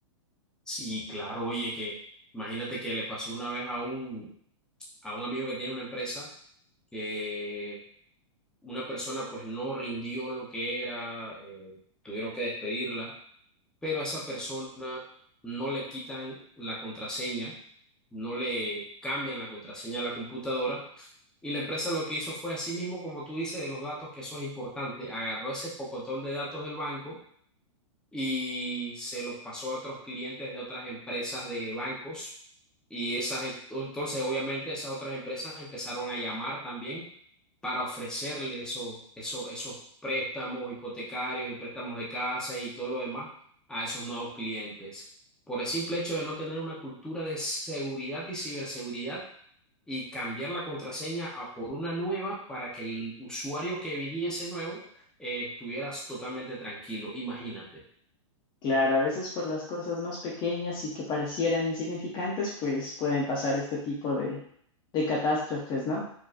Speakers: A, in the centre; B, on the left.
A: Sí, claro, oye, que imagínate que le pasó una vez a un, a un amigo que tiene una empresa que una persona pues no rindió lo que era, eh, tuvieron que despedirla, pero a esa persona no le quitan la contraseña, no le cambian la contraseña a la computadora y la empresa lo que hizo fue, así mismo como tú dices, de los datos, que eso es importante, agarró ese pocotón de datos del banco y se los pasó a otros clientes de otras empresas de bancos y esas, en- entonces, obviamente, esas otras empresas empezaron a llamar también para ofrecerle eso, eso- esos préstamos hipotecarios y préstamos de casa y todo lo demás a esos nuevos clientes. Por el simple hecho de no tener una cultura de seguridad y ciberseguridad y cambiar la contraseña a por una nueva para que el usuario que viniese nuevo eh, estuviera totalmente tranquilo, imagínate.
B: Claro, a veces por las cosas más pequeñas y que parecieran insignificantes, pues pueden pasar este tipo de, de catástrofes, ¿no?